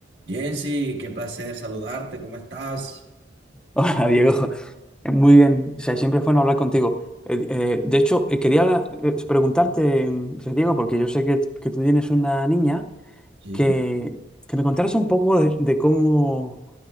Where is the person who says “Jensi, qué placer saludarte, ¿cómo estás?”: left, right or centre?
Right